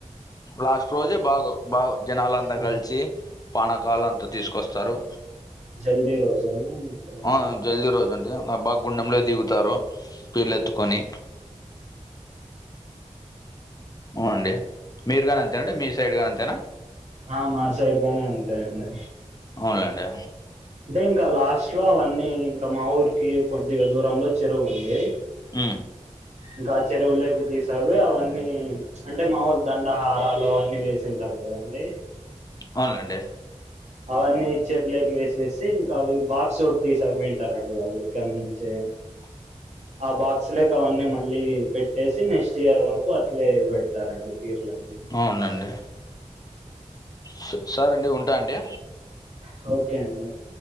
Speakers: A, on the left (about 30°); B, on the right (about 65°).
A: లాస్ట్ రోజే బాగో బాగు జనాలంతా
B: ఆ
A: కలిసి, పానాకాలు అంత తీసుకొస్తరు.
B: జల్దీ రోజని రోజు
A: ఆ జల్ది రోజు అండి ఆ బా గుండెంలో దిగుతారు పీళ్ళెత్తుకొని ఉ అండి. మీరు కానీ అంతేనండి మీ సైడ్ కానీ అంతేనా?
B: ఆ మా సైడ్ గాని అంతే అండి.
A: అవున్లేండి.
B: అంటే ఇంకా లాస్ట్ లో అవన్నీ ఇంకా మా ఊరికి కొద్దిగా దూరంలో చెరువు ఉంది
A: ఉ
B: ఇంకా ఆ చెరువులోకి తీసాపోయి అవన్నీ అంటే మాములు దండహారాలు అన్ని వేసింటారు కదండి
A: ఔనండి
B: అవన్నీ చెర్లేకి వేసేసి ఇంకా అవి బాక్సోటి తీసై వెంట రండి వాళ్ళు కన్మించే
A: <inaudible>
B: ఆ బాక్స్ లేకి అవన్నీ, మళ్ళీ పెట్టేసి నేస్టియర్ వరకు అట్లే బెడతారండి పీర్లన్ని.
A: అవునండి. సు సరెండి ఉంటా అండి.
B: హౌ ఒకే అండి